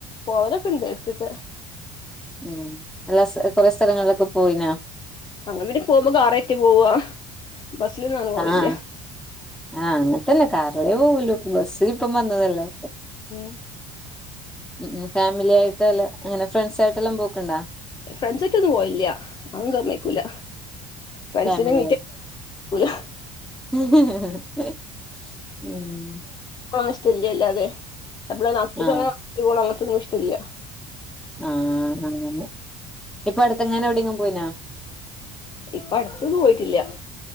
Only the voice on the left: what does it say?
പോവലൊക്കണ്ട് എടക്കക്കേ
അ അവര് പോകുമ്പോ കാറയ്റ്റ് പോവാ ബസ്സിലൊന്നും അനുഭവില്ല
ഉം
ഫ്രണ്ട്സയിട്ടോന്നും പോയില്ല അതോന്നും സമ്മയ്ക്കൂല ഫ്രണ്ട്സിനെ
<unintelligible>
ഇഷ്ടല്ലല്ലാതെ <unintelligible> അങ്ങനത്തെൊന്നും
ഇഷ്ടല്ല
ഇപ്പ അടുത്തത് പോയിട്ടില്ല